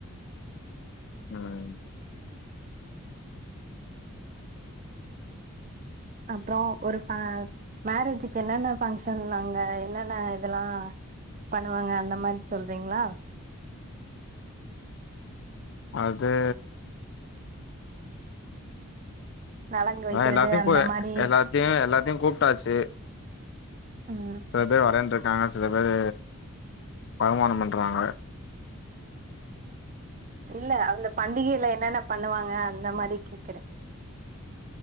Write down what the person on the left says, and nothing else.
ம்
அது
ஆ எல்லாத்தையு
கூ
எல்லாத்தையு எல்லாத்தையு கூப்ட்டாச்சு
சில பேர் வரையண்ருக்காங்க சில பேர் வருமானம் பண்றாங்க